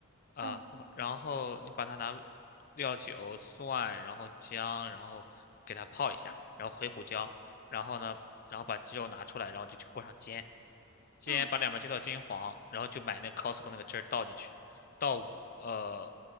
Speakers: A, on the left; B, on the right.
A: 啊，
B: 嗯
A: 然后你把它拿料酒、蒜，然后姜，然后给它泡一下，然后回胡椒，然后呢，然后把鸡肉拿出来，然后就去锅上煎，煎把两边煎到金黄，
B: 嗯，嗯
A: 然后就买那个 Costco 那个汁儿倒进去，倒五呃